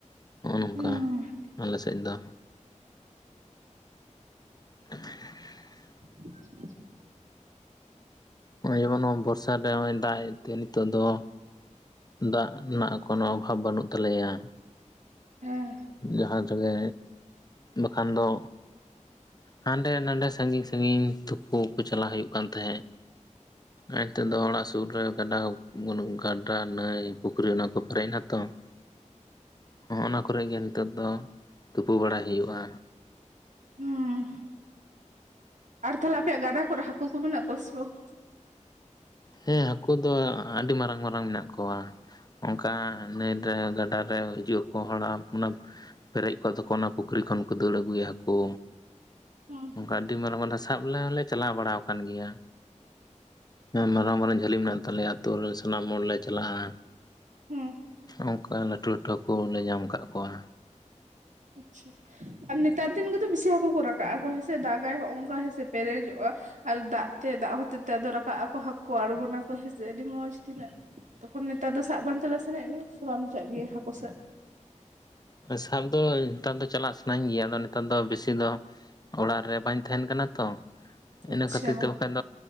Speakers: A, on the left; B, on the right.
A: ᱱᱚᱜᱼᱚ ᱱᱚᱝᱠᱟ
B: ᱦᱩᱸ
A: ᱟᱞᱮ ᱥᱮᱫ ᱫᱚ᱾ <inaudible>
B: <inaudible>
A: ᱱᱚᱜᱼᱚᱭ ᱡᱮᱢᱚᱱ ᱱᱚᱜ <unintelligible> ᱵᱚᱨᱥᱟ ᱨᱮ ᱱᱚᱜᱼᱚᱭ ᱫᱟᱜᱼᱮᱫ ᱛᱮ ᱱᱤᱛᱚᱜ ᱫᱚ ᱫᱟᱜ ᱨᱮᱱᱟᱜ ᱠᱳᱱᱳ ᱚᱵᱷᱟᱵᱽ ᱵᱟᱹᱱᱩᱜ ᱛᱟᱞᱮᱭᱟ᱾
B: ᱦᱮᱸ
A: ᱡᱟᱦᱟᱸ ᱛᱮᱜᱮ ᱵᱟᱠᱷᱟᱱ ᱫᱚ ᱦᱟᱸᱰᱮ ᱱᱟᱰᱮ ᱥᱟᱺᱜᱤᱧ ᱥᱟᱺᱜᱤᱧ ᱛᱩᱯᱩ ᱠᱚ ᱪᱟᱞᱟᱜ ᱦᱩᱭᱩᱜ ᱠᱟᱱ ᱛᱟᱦᱮᱸᱜ᱾ ᱟᱨ ᱱᱤᱛᱚᱜ ᱫᱚ ᱚᱲᱟᱜ ᱥᱩᱨ ᱨᱮ ᱜᱟᱰᱟ <unintelligible> ᱵᱟᱹᱱᱩᱜ ᱜᱟᱰᱟ ᱱᱟᱹᱭ ᱯᱩᱠᱷᱨᱤ ᱚᱱᱟ ᱠᱚ ᱯᱮᱨᱮᱡ ᱮᱱᱟᱛᱚ᱾ <inaudible> ᱦᱚᱸᱜᱼᱱᱟ ᱠᱚᱨᱮ ᱜᱮ ᱱᱤᱛᱚᱜ ᱫᱚ ᱛᱩᱯᱩ ᱵᱟᱲᱟᱭ ᱦᱩᱭᱩᱜᱼᱟ᱾
B: ᱩᱸᱻ᱾ ᱟᱨ ᱛᱟᱦᱚᱞᱮ ᱟᱯᱮᱭᱟᱜ ᱜᱟᱰᱟ ᱠᱚᱨᱮ ᱦᱟᱹᱠᱩ ᱠᱚ ᱢᱮᱱᱟᱜ ᱠᱚᱣᱟ ᱥᱮ ᱵᱟᱝ?
A: ᱦᱮᱸ ᱦᱟᱹᱠᱩ ᱫᱚ ᱟᱹᱰᱤ ᱢᱟᱨᱟᱝ ᱢᱟᱨᱟᱝ ᱢᱮᱱᱟᱜ ᱠᱚᱣᱟ᱾ ᱚᱱᱠᱟ ᱱᱟᱭ ᱨᱮ ᱜᱟᱰᱟ ᱨᱮ ᱦᱤᱡᱩᱜ ᱟᱠᱚ ᱦᱚᱲᱟᱜ ᱚᱱᱟ ᱯᱮᱨᱮᱡ ᱠᱚᱜᱼᱟ ᱛᱚᱠᱚ ᱚᱱᱟ ᱯᱩᱠᱷᱨᱤ ᱠᱷᱚᱱ ᱠᱚ ᱫᱟᱹᱲ ᱟᱹᱜᱩᱭᱟ ᱦᱟᱹᱠᱩ᱾
B: ᱦᱩᱸ
A: ᱚᱱᱠᱟ ᱟᱹᱰᱤ ᱢᱟᱨᱟᱝ <unintelligible> ᱥᱟᱵ ᱞᱮ ᱦᱚᱸᱞᱮ ᱪᱟᱞᱟᱣ ᱵᱟᱲᱟ ᱠᱟᱱ ᱜᱮᱭᱟ᱾ ᱢᱟᱨᱟᱝ ᱢᱟᱨᱟᱝ ᱡᱷᱟᱹᱞᱤ ᱢᱮᱱᱟᱜ ᱛᱟᱞᱮᱭᱟ ᱟᱹᱛᱩᱳ ᱨᱮᱱ ᱥᱟᱱᱟᱢ ᱦᱚᱲ ᱞᱮ ᱪᱟᱞᱟᱜᱼᱟ᱾
B: ᱦᱩᱸ
A: ᱱᱚᱝᱠᱟ ᱞᱟᱹᱴᱩ ᱞᱟᱹᱴᱩ ᱦᱟᱹᱠᱩ ᱦᱚᱸᱞᱮ ᱧᱟᱢ ᱠᱟᱜ ᱠᱚᱣᱟ᱾
B: <unintelligible> ᱟᱨ ᱱᱮᱛᱟᱨ ᱫᱤᱱ ᱜᱮᱛᱚ ᱵᱮᱥᱤ ᱦᱟᱹᱠᱩ ᱠᱚ ᱨᱟᱠᱟᱵᱼᱟ ᱟᱠᱚ ᱦᱮᱸᱥᱮ ᱫᱟᱜ ᱫᱟᱭ ᱦᱚᱸᱜᱼᱚ ᱱᱟᱝᱠᱟ ᱦᱮᱸᱥᱮ ᱯᱮᱨᱮᱡᱚᱜᱼᱟ᱾ ᱟᱨ ᱫᱟᱜ ᱛᱮ ᱫᱟᱜ ᱦᱚᱛᱮ ᱛᱮ ᱨᱟᱠᱟᱵ ᱟᱠᱚ ᱦᱟᱹᱠᱩ ᱟᱬᱜᱚ ᱱᱟᱠᱚ ᱦᱮᱸᱥᱮ ᱟᱹᱰᱤ ᱢᱚᱡᱽ ᱛᱤᱱᱟᱹᱜ ᱛᱚᱠᱷᱚᱱ ᱱᱮᱛᱟᱨ ᱫᱚ ᱥᱟᱵ ᱵᱟᱝ ᱪᱟᱞᱟᱜ ᱥᱟᱱᱟᱭᱮᱫ ᱢᱮᱭᱟ ᱥᱮ ᱵᱟᱢ ᱪᱟᱜ ᱜᱮᱭᱟ ᱦᱟᱹᱠᱩ ᱥᱟᱵ?
A: ᱥᱟᱵ ᱫᱚ ᱱᱮᱛᱟᱨ ᱫᱚ ᱪᱟᱞᱟᱜ ᱥᱟᱱᱟᱧ ᱜᱮᱭᱟ ᱟᱫᱚ ᱱᱮᱛᱟᱨ ᱫᱚ ᱵᱮᱥᱤ ᱫᱚ ᱚᱲᱟᱜ ᱨᱮ ᱵᱟᱧ ᱛᱟᱦᱮᱸᱱ ᱠᱟᱱᱟ ᱛᱚ᱾ ᱤᱱᱟᱹ
B: ᱟᱪᱪᱷᱟ
A: ᱠᱷᱟᱹᱛᱤᱨ ᱛᱮ ᱵᱟᱠᱷᱟᱱ